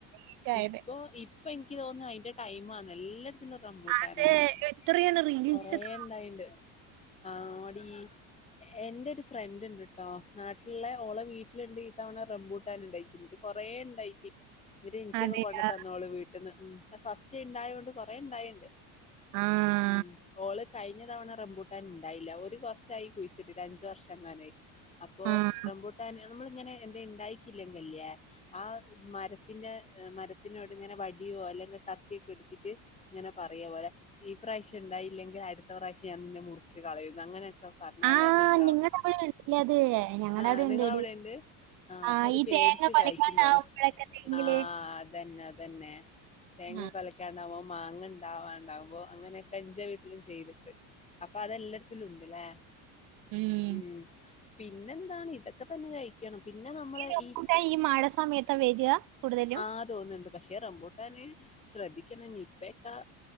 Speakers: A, on the right; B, on the left.
A: ഇഷ്ടായത്
B: ഇപ്പൊ ഇ ഇപ്പൊ ഇനിക്ക് തോന്നുന്നു അതിന്റെ ടൈമാന്ന് എല്ലാട്ത്തും റംബൂട്ടാനാണ്.
A: അത് എത്രയാണ് റീൽസൊക്കെ
B: കൊറെ ഇണ്ടായിണ്ട് ആടി എന്റെറെ ഒരു ഫ്രണ്ട് ണ്ട്ട്ടോ നാട്ടിലുള്ള ഓളെ വീട്ടിലുണ്ട് ഈ തവണ റംബൂട്ടൻ ഉണ്ടായി. കൊറെ ഉണ്ടായിക്ക് ഇന്നട്ട് ഇനിക്കൊക്കെ
A: അതെയാ
B: കൊണ്ടു തന്നോള് വീട്ടന്ന് ഉം ഫസ്റ്റ് ഉണ്ടായതൊണ്ട് കൊറെ ണ്ടായിണ്ട്.
A: ആഹ
B: ഉം, ഓള് കഴിഞ്ഞ തവണ റംമ്പൂട്ടാൻ ണ്ടായില്ല, ഓര് കൊർച്ചായി കുഴിച്ചിട്ട്ട്ട് അഞ്ചു വർഷംങ്ങാനായി. അപ്പൊ
A: ആഹ്
B: റംബൂട്ടാൻ നമ്മള് ഇങ്ങനെ ന്തേ ണ്ടായിക്കില്ലെങ്കില്ലെ ആ മരത്തിന്റെ മരത്തിനോട് ഇങ്ങനെ വടിയോ അല്ലെങ്കി കത്തിയൊക്കെടുത്തിട്ട് ഇങ്ങനെ പറയാ പോലെ ഈ പ്രാവശ്യം ണ്ടായില്ലങ്കിൽ അട്ത്ത പ്രാവശ്യം ഞാൻ നിന്നെ മുറിച്ച് കളയും അങ്ങനെയൊക്കെ പറഞ്ഞാല്
A: ആഹ്
B: അത്ണ്ടാവും,
A: നിങ്ങടെ അവിടെ ഉണ്ടല്ലേ അത് ഞങ്ങടെ
B: ആഹ്‌
A: അവിടെ
B: നിങ്ങളവിടെണ്ട്.
A: ഉണ്ടെടി
B: ആഹ്‌,
A: ആഹ്
B: അപ്പൊ അത്
A: ഈ
B: പേടിച്ച്
A: തേങ്ങ കൊലക്കാണ്ടാവുമ്പഴൊക്കെ
B: കായ്ക്കുമ്പോലെ
A: തെങ്ങില്
B: ആഹ്‌ അതന്നെ അതന്നെ. തേങ്ങ
A: ആഹ്
B: കൊലയ്ക്കാണ്ടാവുമ്പോ മാങ്ങ ണ്ടാവാണ്ടാവുമ്പോ അങ്ങനെയൊക്കെ ഇന്റെ വീട്ടിലും ചെയ്ത്ട്ട് അപ്പൊ അതെല്ലാട്ത്തിലും ഉണ്ട്ല്ലേ.
A: ഉം.
B: ഉം, പിന്നെന്താണ് ഇതൊക്കെ തന്നെ കഴിക്കണം. പിന്നെ നമ്മള്
A: റംബൂട്ടാൻ
B: ഈ
A: മഴ സമയത്താ വരിക കൂടുതലും
B: ആ തോന്ന്ണ്ട്, പക്ഷെ റംബൂട്ടാന് ശ്രദ്ധിക്കണം നിപ്പക്കെ